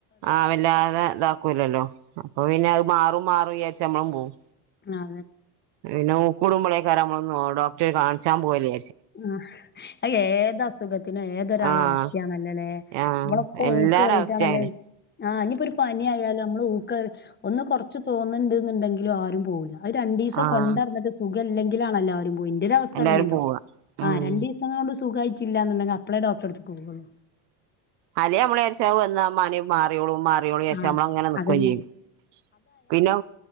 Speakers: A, on the right; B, on the left.
A: ആഹ് വല്ലാതെ ഇതാക്കൂല്ലല്ലോ അപ്പൊ പിന്നെ അഅ് മാറും മാറും വിചാരിച്ച് നമ്മളും പോവും.
B: ആ.
A: പിന്നെ ഊക്കൂടുമ്പോളേക്കാരം നമ്മളൊന്ന് ഡോക്ടറെ കാണിച്ചാൻ പോല്.
B: ആ അ ഏത് അസുഖത്തിനും ഏതൊരാളവസ്ഥയാണല്ലേലേ
A: ആഹ്
B: ഏ
A: ആഹ്
B: അമ്മളൊക്ക
A: എല്ലാരെ
B: ഊക്കേറിയിട്ടാണല്ലോ
A: അവസ്ഥേം അങ്ങനെ
B: ആഹ് ഇനിപ്പോ ഒരു പനി ആയാലും അമ്മള് ഊക്ക ഒന്ന് കൊർച്ച് തോന്ന് ണ്ട് ന്ന്ണ്ടെങ്കിലും ആരും പോവൂല്ല. അഅ് രണ്ടീസം
A: ആഹ്
B: കൊണ്ടട്ന്ന്ട്ട് സുഖം ഇല്ലെങ്കിലാണല്ലാരും പോയി ഇന്റെയ ഒരു അവസ്ഥ
A: എല്ലാരും
B: അങ്ങനെയാട്ടോ.
A: പോവാ ഉം
B: ആ രണ്ടീസം കൊണ്ട് സുഖായിട്ടില്ലന്നുണ്ടെങ്കി അപ്പളേ ഡോക്ടാറെടുത്തു പോവൊള്ളൂ.
A: അല്ലേ നമ്മള് വിചാരിച്ചും അത് വന്നാ മാറി മാറിയോളും മാറിയോളും വിചാരിച്ച്
B: ആ
A: നമ്മളങ്ങനെ നിക്കു
B: അതന്നെ
A: ചെയ്യും. പിന്നെ